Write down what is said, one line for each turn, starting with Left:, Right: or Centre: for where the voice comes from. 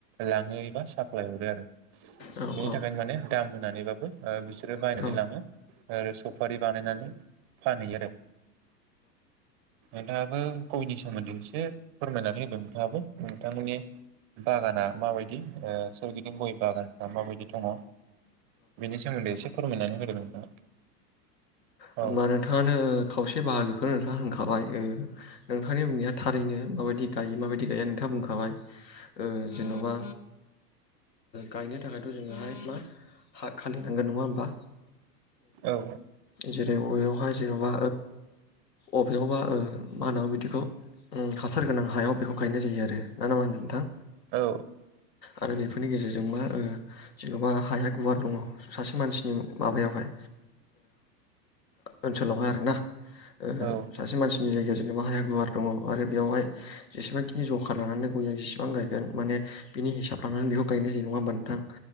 Right: लाङो एबा साप्लाय हरो आरो
Left: औ
Right: बेनि
Left: औ
Right: थाखायनो माने दाम होननानैबाबो ओ बि सोरो बायनानै
Left: औ
Right: लाङो आरो सफारि बानायनानै फानोहै आरो नोंथाङाबो गयनि सोमोन्दै एसे फोरमायनानै होदों नोंथाङाबो नोंथांमोननि बागाना माबायदि ओ सोरगिदिं गय बागानफ्रा माबायदि दङ' बेनि सोमोन्दै एसे फोरमायनानै होदों नोंथाङा
Left: होमबा
Right: औ
Left: नोंथाङानो खावसे बाहागोखौनो नोंथाङा होनखाबाय नोंथांनि बुंनाया थारैनो माबायदि गायो माबायदि गया नोंथाङा बुंखाबाय जेन'बा गायनो थाखायथ' जोङो हाय मा हा खालिनांगोन नङा होमबा
Right: औ
Left: जो जे बेवहाय जेन'बा अबेयावबा मा होनांगौ बिदिखौ उम हासार गोनां हायाव बेखौ गायनाय जायो आरो ना नङा नोंथां
Right: औ
Left: आरो बेफोरनि गेजेरजों मा ओ जेन'बा हाया गुवार दङ सासे मानसिनि माबायावहाय ओनसोलावहाय आरोना ओहो
Right: औ
Left: सासे मानसिनि जायगाया जेनबा हाया गुवार दङ आरो बेवहाय जेबांखिनि जखा लानानै गया फां गायगोन माने बिनि हिसाब लानानै बेखौ गायनाय जायो नङा होमबा नोंथां